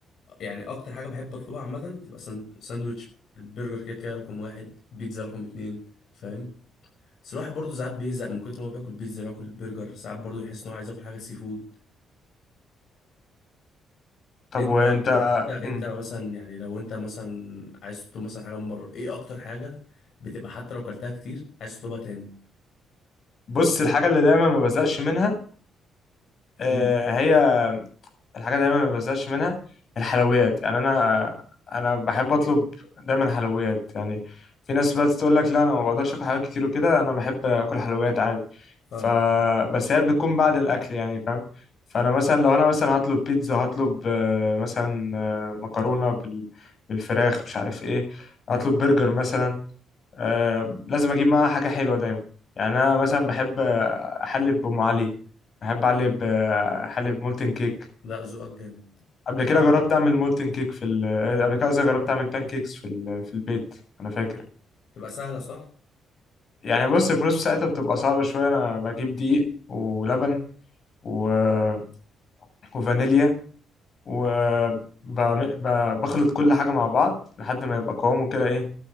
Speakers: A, on the left; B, on the left.
A: يعني اكتر حاجه بحب اطلبها عامه تبقى ساند- ساندوتش البرجر كده كده رقم واحد بيتزا رقم اتنين فاهم بس الواحد برضه ساعات بيزهق من كتر ما هو بياكل بيتزا بياكل برجر ساعات برضه يحس ان هو عايز ياكل حاجه سي فود
B: طب
A: انت
B: وانت
A: بقى انت انت
B: مم.
A: مثلا يعني لو انت مثلا عايز تطلب مثلا حاجه من بره ايه اكتر حاجه بتبقى حتى لو كلتها كتير عايز تطلبها تاني
B: بص الحاجة اللي دايما ما بزقش منها آه،
A: امم
B: هي الحاجة دايما ما بزهقش منها الحلويات يعني أنا أنا بحب أطلب دايما حلويات يعني في ناس بقى تقول لك لا أنا ما بقدرش آكل حلويات كتير وكده أنا بحب آكل حلويات عادي
A: فاهم
B: ف بس هي بتكون بعد الأكل يعني فاهم فأنا مثلا لو أنا مثلا هطلب بيتزا هطلب آه، مثلا آه، مكرونة بال... بالفراخ مش عارف إيه
A: امم
B: هطلب برجر مثلا آه، لازم أجيب معاها حاجة حلوة دايما يعني أنا مثلا بحب آه، أحلي بأم علي بحب أحلي ب- أحلي بمولتن كيك
A: لا ذوقك جامد
B: قبل
A: بجد.
B: كده جربت اعمل مولتن كيك في ال... آه، قبل كده قصدي جربت اعمل بان كيكس في ال... آه، في البيت انا فاكر
A: تبقى سهله صح
B: يعني بص البروسيس بتاعتها بتبقى صعبه شويه انا بجيب دقيق ولبن و... آه، وفانيليا و آه، ب... ب... بخلط كل حاجه مع بعض لحد ما يبقى قوامه كده ايه